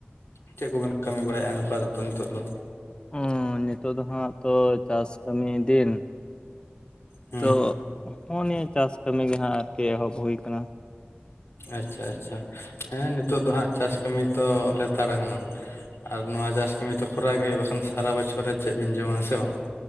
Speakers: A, on the left; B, on the left.
A: ᱪᱮᱫ ᱠᱚᱵᱮᱱ ᱠᱟᱹᱢᱤ ᱵᱟᱲᱟ ᱭᱮᱫᱼᱟ, ᱱᱮᱛᱟᱨ ᱫᱚᱛᱚ ᱱᱤᱛᱚᱜ ᱫᱚ
B: ᱚᱸ ᱱᱤᱛᱳ ᱫᱚ ᱦᱟᱜ ᱛᱚ ᱪᱟᱥ ᱠᱟᱹᱢᱤ ᱫᱤᱱ,
A: ᱦᱩᱸ
B: ᱛᱚ ᱼᱼ ᱦᱚᱸ ᱱᱤᱭᱟᱹ ᱪᱟᱥ ᱠᱟᱹᱢᱤ ᱜᱮ ᱦᱟᱸᱜ ᱟᱨᱠᱤ ᱮᱦᱚᱵ ᱦᱩᱭ ᱠᱟᱱᱟ ᱾
A: ᱟᱪᱪᱷᱟ ᱟᱪᱪᱷᱟ, ᱦᱮᱸ ᱱᱤᱛᱳ ᱫᱚ ᱦᱟᱸᱜ ᱪᱟᱥ ᱠᱟᱹᱢᱤ ᱛᱚ ᱞᱮᱛᱟᱲ ᱟᱠᱟᱱᱟ ᱾ ᱟᱨ ᱱᱚᱣᱟ ᱪᱟᱥ ᱠᱟᱹᱢᱤ ᱛᱚ ᱠᱷᱚᱨᱟ ᱜᱮ ᱦᱩᱭᱩᱜᱼᱟ, ᱵᱟᱠᱷᱟᱱ ᱥᱟᱨᱟ ᱵᱚᱪᱷᱚᱨ ᱨᱮ ᱪᱮᱫ ᱵᱮᱤᱱ ᱡᱚᱢᱟ ᱥᱮ ᱵᱟᱝ ᱾